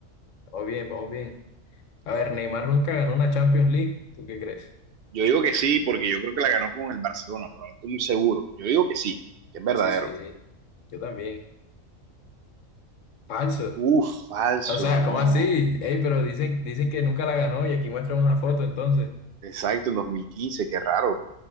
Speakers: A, on the left; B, on the right.
A: Vamos bien, vamos bien. A ver, Neymar nunca ganó una Champions League. ¿Tú qué crees?
B: Yo digo que sí, porque yo creo que la ganó con el Barcelona, pero no estoy muy seguro. Yo digo que sí, que es verdadero.
A: Sí, sí. Yo también. Falso.
B: Uf, falso,
A: O sea,
B: no.
A: ¿cómo así? Ey, pero dicen, dicen que nunca la ganó y aquí muestran una foto, entonces.
B: Exacto, en 2015, qué raro.